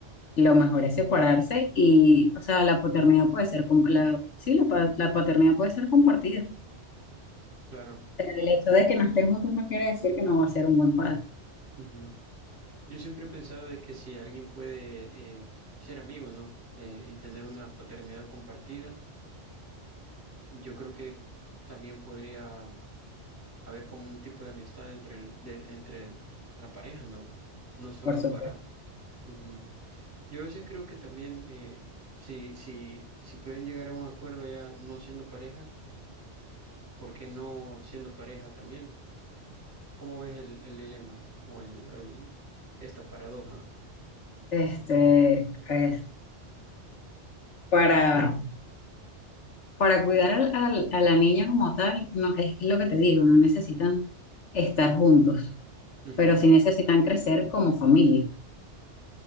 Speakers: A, on the left; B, on the right.
A: lo mejor es separarse y, o sea, la paternidad puede ser, com- la, sí, la, pa- la paternidad puede ser compartida. O
B: claro.
A: sea, el hecho de que no estén juntos no quiere decir que no va a ser un buen padre,
B: ujú. Yo siempre he pensado de que si alguien puede eh, ser amigo, ¿no? Eh, y tener una paternidad compartida, yo creo que también podría haber como un tipo de amistad entre el, de- entre la pareja, ¿no? No solo
A: por supuesto.
B: para... ujú. Yo a veces creo que también eh, si, si, si pueden llegar a un acuerdo ya no siendo pareja, ¿por qué no siendo pareja también? ¿Cómo ves el, el dilema o el, el- esta paradoja?
A: Este, es para, para cuidar al- al- a la niña como tal, no, es lo que te digo, no necesitan estar juntos,
B: Ujú,
A: pero sí necesitan crecer como familia.